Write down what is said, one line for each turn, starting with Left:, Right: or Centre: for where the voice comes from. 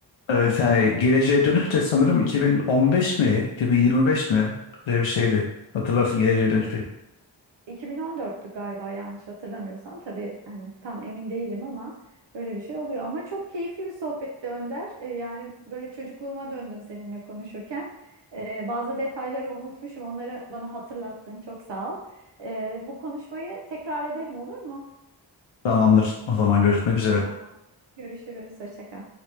Left: Evet yani geleceğe dönüş de sanırım 2015 mi 2025 mi böyle bir şeydi. Hatırlarsın geleceğe
Right: Evet,
Left: dönüş bir.
Right: 2014'tü galiba yanlış hatırlamıyorsam. Tabii hani tam emin değilim ama böyle bir şey oluyor. Ama çok keyifli bir sohbetti Önder. Ee, yani böyle çocukluğuma döndüm seninle konuşurken. Ee, bazı detayları unutmuşum. Onları bana hatırlattın. Çok sağ ol. Ee, bu konuşmayı tekrar edelim olur mu?
Left: Tamamdır. O zaman görüşmek üzere.
Right: Tamam. Görüşürüz. Hoşça kal.